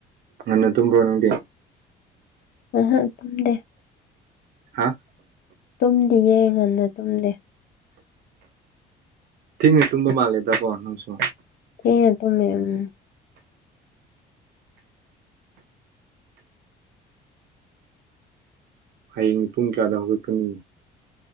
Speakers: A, on the right; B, on the left.
A: ꯉꯟꯅ ꯇꯨꯝꯕ꯭ꯔꯣ ꯅꯪꯗꯤ꯫
B: ꯑꯍ ꯇꯨꯝꯗꯦ
A: ꯍꯥꯥ꯫
B: ꯇꯨꯝꯗꯤꯌꯦ ꯉꯟꯂꯦ ꯇꯨꯝꯗꯦ꯫
A: <unintelligible> ꯃꯟꯂꯦꯗꯀꯣ ꯅꯪꯁꯨ꯫
B: ꯊꯦꯡꯅ ꯇꯨꯝꯃꯦ ꯎꯝ
A: ꯍꯌꯦꯡ ꯄꯨꯡ ꯀꯌꯥꯗ ꯍꯧꯒꯠꯀꯅꯤ